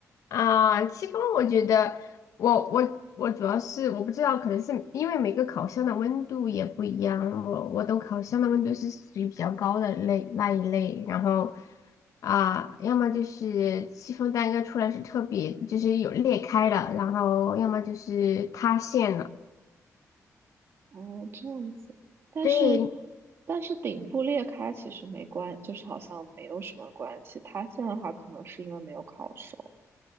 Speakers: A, on the left; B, on the right.
A: 啊，戚风，我觉得我我我主要是我不知道，可能是因为每个烤箱的温度也不一样，我我都烤箱的温度是属于比较高的类那一类，然后啊，要么就是戚风蛋糕出来是特别就是有裂开了，然后要么就是塌陷了，
B: 哦，这样子，但是
A: 对，
B: 但是顶部裂开其实没关，就是好像没有什么关系。塌陷的话，可能是因为没有烤熟，